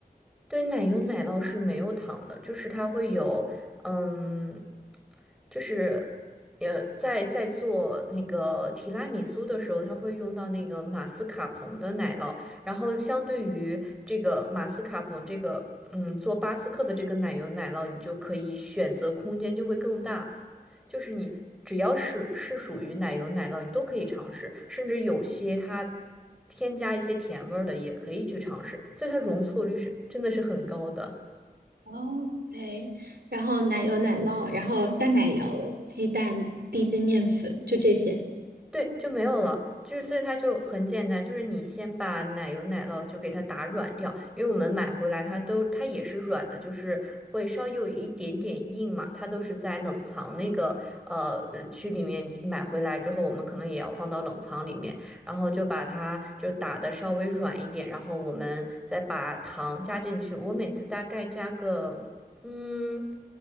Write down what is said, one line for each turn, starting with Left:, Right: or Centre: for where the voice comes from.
Centre: 对，奶油奶酪是没有糖的，就是它会有，嗯，就是，呃，在在做那个提拉米苏的时候，它会用到那个马斯卡彭的奶酪，然后相对于这个马斯卡彭这个，嗯，做巴斯克的这个奶油奶酪，你就可以选择空间就会更大。就是你只要是是属于奶油奶酪，你都可以尝试，甚至有些它添加一些甜味儿的也可以去尝试，所以它容错率是真的是很高的。
Right: ？OK，然后奶油奶酪，然后淡奶油、鸡蛋、低筋面粉，就这些。
Centre: 对，就没有了，就是所以它就很简单，就是你先把奶油奶酪就给它打软掉，因为我们买回来它都它也是软的，就是会稍微有一点点硬嘛，它都是在冷藏那个呃呃区里面买回来之后，我们可能也要放到冷藏里面，然后就把它就打的稍微软一点，然后我们再把糖加进去，我每次大概加个嗯。